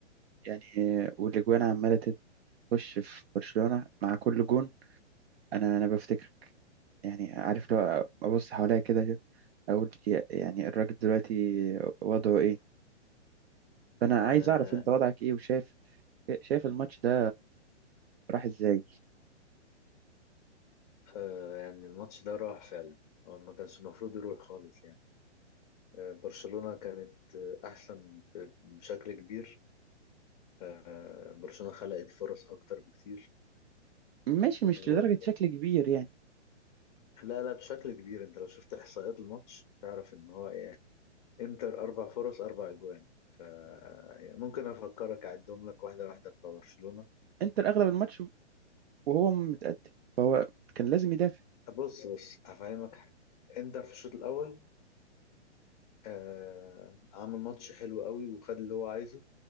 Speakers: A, on the right; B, on the left.
A: يعني آه، والاجوان عماله تخش في برشلونة مع كل جون انا انا بفتكر يعني عارف لو ابص حواليا كده كده، اقول يا- يعني الراجل دلوقتي وضعه ايه فانا
B: آه
A: عايز اعرف انت وضعك ايه وشايف شايف الماتش ده راح ازاي
B: آه يعني الماتش ده راح فعلا هو ما كانش المفروض يروح خالص يعني آه برشلونة كانت آه احسن ب- بشكل كبير آه برشلونة خلقت فرص اكتر بكتير
A: ماشي مش
B: و
A: لدرجة شكل كبير يعني
B: لا لا بشكل كبير انت لو شفت احصائيات الماتش تعرف ان هو يعني انتر اربع فرص اربع اجوان ف يعني ممكن افكرك اعدهم لك واحده واحده بتوع برشلونه
A: انتر اغلب الماتش وهو متقدم فهو كان لازم يدافع
B: بص بص هفهمك حاجة انتر في الشوط الأول آه عمل ماتش حلو قوي وخد اللي هو عايزه